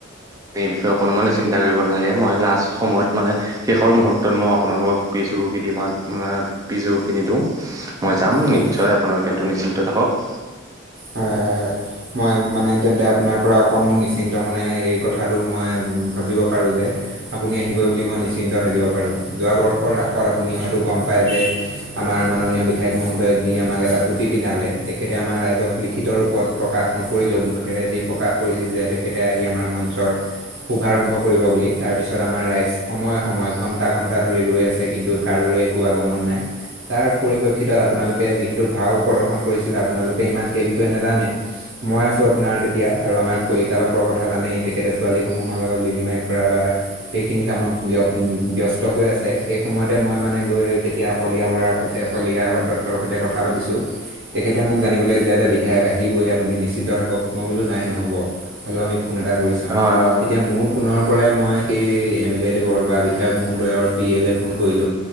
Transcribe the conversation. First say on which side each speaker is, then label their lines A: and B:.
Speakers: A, on the right; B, on the right.
A: এই বিষয়ত অকণমানো চিন্তা কৰিব নালাগে মই লাষ্ট সময়ত মানে শেষৰ মুহূৰ্তত মই আপোনালোকক পিছ শুশোকি দি মানে পিছ শুশোকি নিদো। মই যাম
B: হয়
A: নিশ্চয় আপোনালোকে সেইটো নিশ্চিন্ত থাকক।
B: হয় হয় হয়। মই মানে তেন্তে আপোনাৰ পৰা অকণো নিশ্চিন্ত মানে এই কথাটো মই ভাবিব পাৰোঁ যে আপুনি আহিব বুলি মই নিশ্চিন্ত থাকিব পাৰোঁ। যোৱাবৰ্ষৰ ৰাাষত আপুনি হয়তো গম পায় যে আমাৰ মাননীয় বিধায়ক মহোদয় যি আমাক এটা টুপি পিন্ধালে তেখেতে আমাৰ ৰাইজক লিখিত ৰূপত প্ৰকাশ নকৰিলেও মুখেৰেজি প্ৰকাশ কৰিছিল যে তেখেতে আহি আমাৰ মঞ্চৰ শুভাৰম্ভ কৰিব বুলি তাৰপিছত আমাৰ ৰাইচ সময়ে সময় ঘণ্টা ঘণ্টা ধৰি ৰৈ আছে কিন্তু কাৰোৰে একো আগমন নাই তাৰ পৰিপক্ষি- ভিতৰত আপোনালোকে যিহেতু ভাও প্ৰদৰ্শন কৰিছিলে আপোনালোকে ইমান সেই বিষয়ে নাজানে। মই আছোঁ আপোনাৰ তেতিয়া আৰু আমাৰ কলিতাবাপৰ কথা জানেই তেখেতে ছোৱালীসমূহৰ লগত লিলিমাই কৰা বা সেইখিনি কামত ব্য- ব্যস্ত হৈ আছে সেই সময়তে মই মানে গৈ তেতিয়া শলিয়া বৰাৰ সৈতে শলিয়া ৰদত তৰ সৈতে কথা পাতি ছো তেখেতে মোক জানিব দিলে যে বিধায়ক আহিবৈ আপুনি নিশ্চিত থাকক মই বোলো নাই নহ'ব হ'লেও আমি ফোন এটা কৰি চাওঁ।
A: হয়
B: তেতিয়া মোৰ ফোনৰ পৰাই মই সেই এম এল এ দেৱৰ বা বিধায়ক মহোদয়ৰ পি এলে ফোন কৰিলো